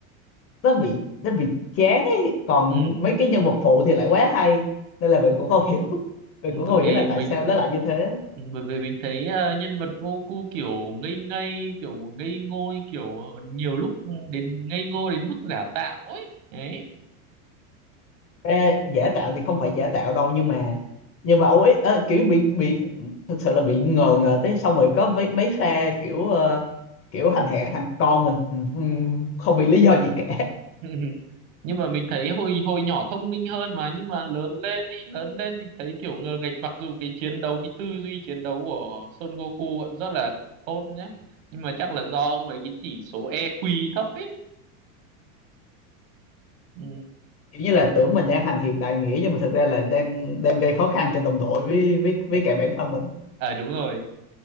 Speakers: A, on the left; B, on the right.
A: nó bị nó bị chán ấy còn
B: Ừ.
A: mấy cái nhân vật phụ thì lại quá hay nên là mình
B: Ừ,
A: cũng không hiểu <laughs> mình
B: ừ,
A: cũng
B: Bởi
A: không
B: vì
A: hiểu là
B: mình
A: tại sao nó lại như thế
B: ừ, bởi vì mình thấy ờ, nhân vật Goku kiểu ngây ngây, kiểu ngây ngô kiểu nhiều lúc ừ, đến ngây ngô đến mức giả tạo ấy. Đấy.
A: Ê, giả tạo thì không phải giả tạo đâu nhưng mà nhưng mà ông ấy ờ, kiểu bị bị thực sự là bị ngờ ngờ tới xong rồi có mấy mấy pha kiểu ờ, kiểu hành hạ thằng con mình ừm, không vì lý do gì cả
B: <laughs> nhưng mà mình thấy hồi hồi nhỏ thông minh hơn mà nhưng mà lớn lên ấy lớn lên mình thấy kiểu ngờ nghệch mặc dù cái chiến đấu cái tư duy chiến đấu của Son Goku vẫn rất là tốt nhá nhưng mà chắc là do ông ấy cái chỉ số EQ thấp ấy ừ.
A: kiểu như là tưởng mình đang hành hiệp đại nghĩa nhưng mà thực ra là đang đang gây khó khăn cho đồng đội với với với cả bản thân mình
B: à đúng rồi